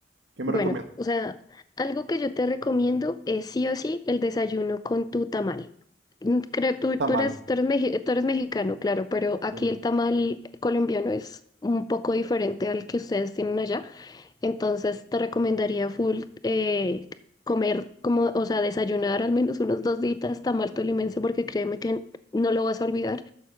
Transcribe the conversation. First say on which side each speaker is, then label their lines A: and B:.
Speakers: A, on the right; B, on the left.
A: ¿Qué me
B: Bueno,
A: recomiendas?
B: o sea, algo que yo te recomiendo es sí o sí el desayuno con tu tamal. Mm, Creo tú,
A: Un tamal.
B: tú eres, tú eres, meji- tú eres mexicano, claro, pero aquí
A: Sí,
B: el tamal colombiano es un poco diferente al que ustedes tienen allá. Entonces te recomendaría full eh, comer, como, o sea, desayunar al menos unos dos días tamal tolimense porque créeme que no lo vas a olvidar.